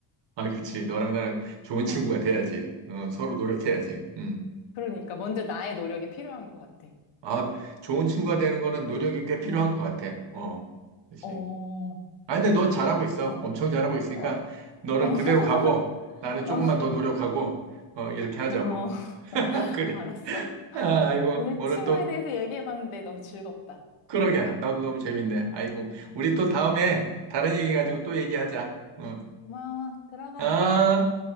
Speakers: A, on the right (about 60°); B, on the left (about 85°).
A: 아, 그치. 너랑 나랑 좋은
B: 어,
A: 친구가 돼야지. 어, 서로 노력해야지. 음.
B: 그러니까 먼저 나의 노력이 필요한 것 같아.
A: 아, 좋은 친구가 되는 거는 노력이 꽤 필요한
B: 응.
A: 것 같아. 어, 그치.
B: 어,
A: 아, 근데 너
B: 그러네.
A: 잘하고 있어.
B: 어,
A: 엄청 잘하고 있으니까
B: 어, 어,
A: 너는
B: <laughs>
A: 그대로 가고 나는 조금만
B: 어,
A: 더 노력하고, 어, 이렇게
B: 고마워.
A: 하자고.
B: <laughs>
A: <laughs> 그래.
B: 알았어.
A: 아, 아이고.
B: 오늘
A: 오늘
B: 친구에
A: 또
B: 대해서 얘기해봤는데 너무 즐겁다.
A: 그러게. 나도 너무 재밌네. 아이고.
B: 어,
A: 우리 또 다음에 다른 얘기 가지고 또 얘기하자. 어,
B: 고마워. 들어가.
A: 아.